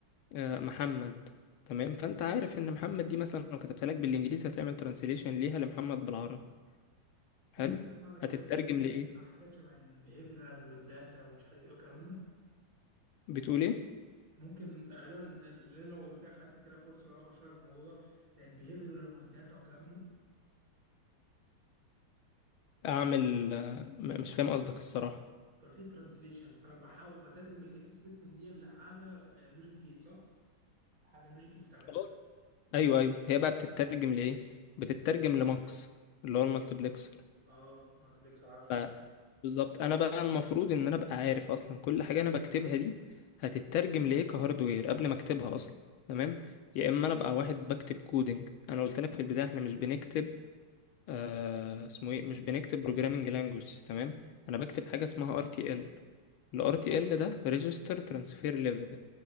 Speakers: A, on the left (about 85°); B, on the right (about 40°).
A: آه، محمد تمام فانت عارف ان محمد دي مثلا لو كتبت لك بالانجليزي هتعمل ترانسليشن ليها لمحمد بالعربي حلو
B: ممكن اساعدك اقول
A: هتترجم
B: لك لا حاجات
A: لايه
B: حاجات شبه البيهيفيرال والداتا ومش عارف ايه والكلام من ده
A: بتقول ايه
B: ممكن غالبا ده اللي انا قلت لك خدت كده كورس له علاقه شويه بالموضوع ده ده البيهيفيرال والداتا والكلام من ده
A: اعمل آه، م- مش فاهم قصدك الصراحه
B: انت قلت لي ترانسليشن فانا بحاول بترجم الاف ستيتمنت دي لحاجه لوجيك جيت صح؟ حاجه اللوجيك جيت بتعملها
A: خلاص. ايوه ايوه هي بقى بتترجم لايه بتترجم لماكس اللي هو المالتيبلكسر
B: اه مالتبلكسر عارف
A: ف- بالظبط انا بقى المفروض ان انا ابقى عارف اصلا كل حاجه انا بكتبها دي هتترجم لايه كهاردوير قبل ما اكتبها اصلا تمام يا اما انا ابقى واحد بكتب كودنج انا قلت لك في البدايه احنا مش بنكتب آه اسمه ايه مش بنكتب بروجرامنج لانجويج تمام انا بكتب
B: تمام
A: حاجه اسمها ار تي ال الار تي ال ده ريجستر ترانسفير ليفل